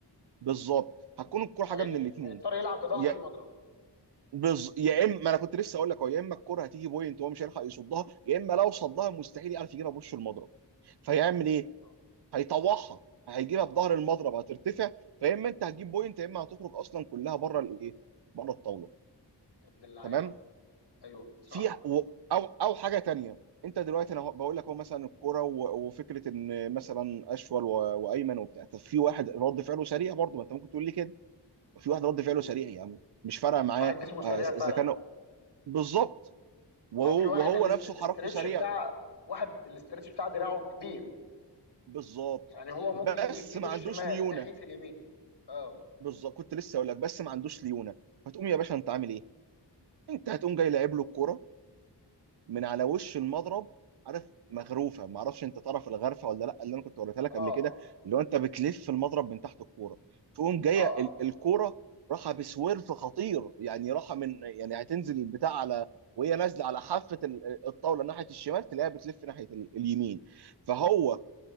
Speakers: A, on the right; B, on the left.
A: بالظبط هتكون الكره
B: وهيضطر
A: حاجه من الاثنين
B: هيضطر يلعب بظهر
A: يا
B: المضرب
A: بز... يا اما ما انا كنت لسه اقول لك اهو يا اما الكره هتيجي بوينت وهو مش هيلحق يصدها يا اما لو صدها مستحيل يعرف يجيبها بوش المضرب فيعمل ايه؟
B: اه
A: هيطوعها هيجيبها بظهر المضرب هترتفع فيا اما انت هتجيب بوينت يا اما هتخرج اصلا كلها بره الايه بره الطاوله
B: يا ابن اللعيبه
A: تمام
B: ايوه صح
A: في و- او او حاجه تانية انت دلوقتي انا بقول لك هو مثلا الكوره و- وفكره ان مثلا اشول و- وايمن وبتاع طب في واحد رد فعله سريع برضه ما انت ممكن تقول لي كده وفي واحد رد فعله
B: مم.
A: سريع يا عم مش فارقه معاه
B: واحد جسمه
A: آه،
B: سريع
A: اذا
B: فعلا
A: كان بالظبط وهو
B: او في واحد
A: وهو
B: الاس-
A: نفسه
B: الاسترتش
A: حركته سريع
B: بتاع واحد الاسترتش بتاع دراعه كبير
A: بالظبط
B: يعني هو ممكن
A: بس
B: يجيب ايده
A: ما
B: الشمال
A: عندوش ليونه
B: ناحية اليمين اه
A: بالظبط كنت لسه اقول لك بس ما عندوش ليونه فتقوم يا باشا انت عامل ايه انت هتقوم جاي لاعب له الكرة من على وش المضرب عارف مغروفه ما اعرفش انت تعرف الغرفه ولا لا اللي انا كنت وريتها لك
B: اه
A: قبل كده اللي هو انت بتلف المضرب من تحت الكوره تقوم جايه
B: اه اه
A: ال- الكوره راحه بسويرف خطير يعني راحه من يعني هتنزل البتاع على وهي نازله على حافه ال- الطاوله ناحيه الشمال تلاقيها بتلف ناحيه ال- اليمين فهو
B: مم.